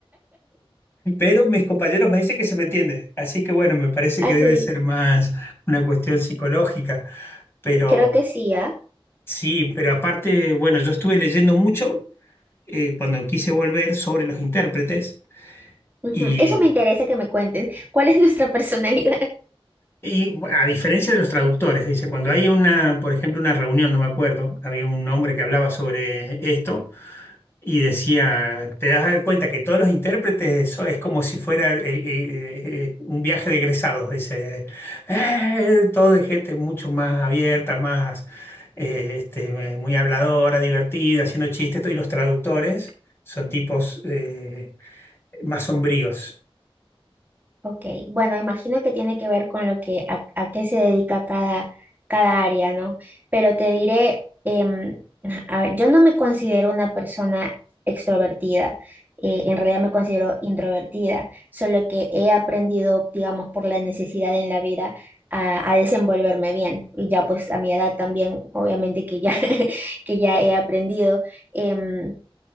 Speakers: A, on the left; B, on the right.
A: pero mis compañeros me dicen que se me entiende, así que bueno, me parece
B: Ah,
A: que debe
B: sí,
A: ser más una cuestión psicológica, pero
B: creo que sí, ¿ah?
A: sí, pero aparte, bueno, yo estuve leyendo mucho eh, cuando quise volver sobre los intérpretes.
B: Ujú,
A: Y
B: Eso me interesa que me cuentes. ¿Cuál es nuestra personalidad?
A: Y bueno, a diferencia de los traductores, dice, cuando hay una, por ejemplo, una reunión, no me acuerdo, había un hombre que hablaba sobre esto y decía, te das dar cuenta que todos los intérpretes, eso es como si fuera eh, eh, eh, un viaje de egresados, dice, "Eh, todo es gente mucho más abierta, más eh, este, muy habladora, divertida, haciendo chistes, todo, y los traductores son tipos eh, más sombríos.
B: Ok, bueno, imagino que tiene que ver con lo que a, a qué se dedica cada, cada área, ¿no? Pero te diré, em, <laughs> a ver, yo no me considero una persona extrovertida, eh, en realidad me considero introvertida, solo que he aprendido, digamos, por la necesidad en la vida a, a desenvolverme bien. Y ya pues a mi edad también, obviamente que ya, <laughs> que ya he aprendido. em,